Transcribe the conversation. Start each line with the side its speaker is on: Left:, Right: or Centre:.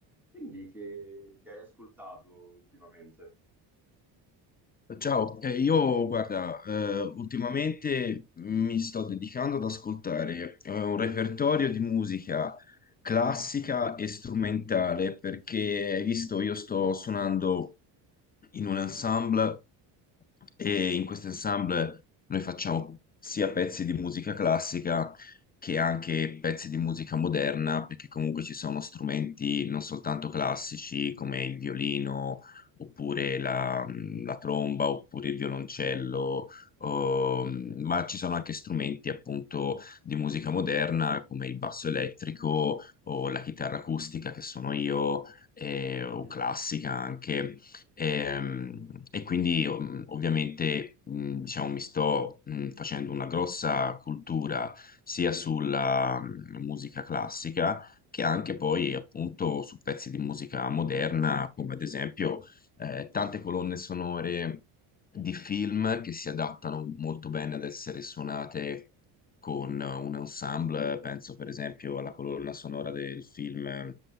Centre: Quindi che, che hai ascoltato ultimamente?
Left: Ciao, eh, io guarda, eh, ultimamente mi sto dedicando ad ascoltare eh, un repertorio di musica classica e strumentale perché, hai visto, io sto suonando in un ensemble e in questo ensemble noi facciamo sia pezzi di musica classica che anche pezzi di musica moderna perché comunque ci sono strumenti non soltanto classici come il violino oppure la, la tromba, oppure il violoncello, ehm, ma ci sono anche strumenti appunto di musica moderna come il basso elettrico o la chitarra acustica che sono io, eh,
Centre: Mhm,
Left: o classica anche. Ehm, E, quindi ov- ovviamente mh, diciamo, mi sto mh, facendo una grossa cultura sia sulla mh, musica classica che anche poi appunto su pezzi di musica moderna, come ad esempio eh, tante colonne sonore di film che si adattano molto bene ad essere suonate con un ensemble, penso per esempio alla colonna sonora del film